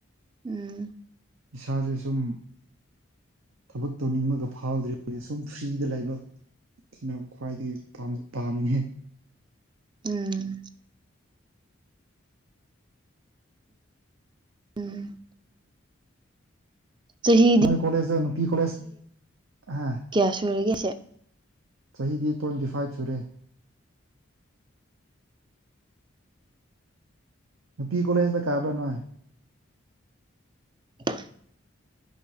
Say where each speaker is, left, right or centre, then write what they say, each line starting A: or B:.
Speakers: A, on the right (about 20°); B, on the right (about 75°).
A: ꯎꯝ
B: ꯏꯁꯥꯁꯦ ꯁꯨꯝ ꯊꯕꯛ ꯇꯧꯅꯤꯡꯕꯒ ꯐꯥꯎꯗ꯭ꯔꯤꯕꯅꯦ ꯁꯨꯝ ꯐ꯭ꯔꯤꯗ ꯂꯥꯏꯕꯛ ꯁꯤꯅ ꯈ꯭ꯋꯥꯏꯗꯒꯤ ꯄꯥꯝꯃꯤꯅꯦ
A: ꯎꯝ ꯎꯝ ꯆꯍꯤꯗꯤ
B: ꯅꯣꯏ ꯀꯂꯦꯖꯗ ꯅꯨꯄꯤ ꯀꯂꯦꯖ ꯑ
A: ꯀꯌꯥ ꯁꯨꯔꯒꯦ ꯁꯦ
B: ꯆꯍꯤꯗꯤ ꯇ꯭ꯋꯦꯟꯇꯤ ꯐꯥꯏꯚ ꯁꯨꯔꯦ ꯀ ꯀꯁꯗ ꯀꯥꯕꯔ ꯅꯣꯏ
A: <inaudible>